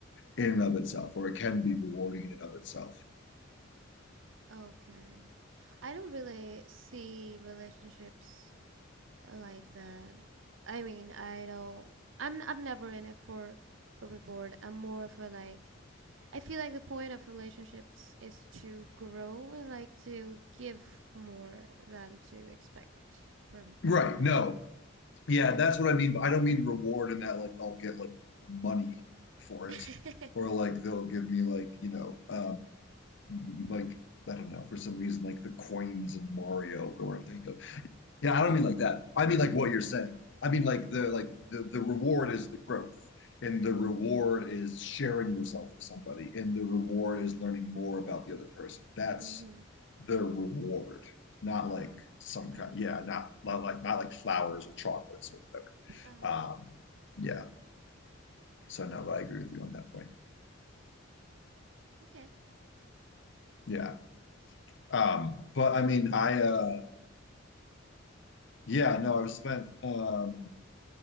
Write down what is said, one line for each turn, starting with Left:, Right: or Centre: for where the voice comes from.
Left: in and of itself, or it can be rewarding in and of itself.
Right: Okay. I don't really see relationships like that. I mean, I don't. I'm I'm never in it for a reward. I'm more of a like. I feel like the point of relationships is to grow and like to give more than to expect from
Left: Right.
Right: somebody.
Left: No, Yeah, that's what I mean. But I don't mean reward in that like I'll get like money for
Right: <laughs> mhm.
Left: it or like they'll give me like, you know, um like I don't know, for some reason like the coins in Mario or what I'm thinking of. Yeah, I don't mean like that. I mean like what you're saying. I mean like the like the the reward is the growth and the reward is sharing yourself with somebody and the reward is learning more about the other person. That's
Right: Mhm.
Left: the reward, not
Right: Oh.
Left: like some
Right: Okay.
Left: kind, yeah, not not like not like flowers or chocolates or
Right: Uh huh.
Left: um, yeah. So no, but I agree with you on that point.
Right: Okay.
Left: Yeah. Um, but I mean, I uh yeah, no, I've spent um